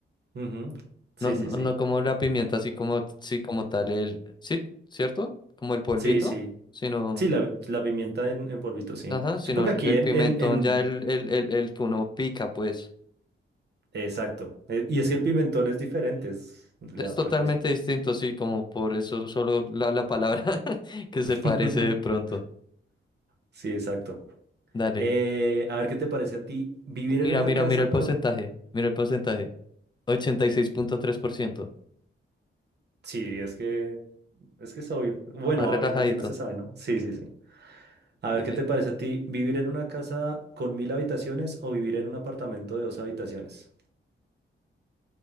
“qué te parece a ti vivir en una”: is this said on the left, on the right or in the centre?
Right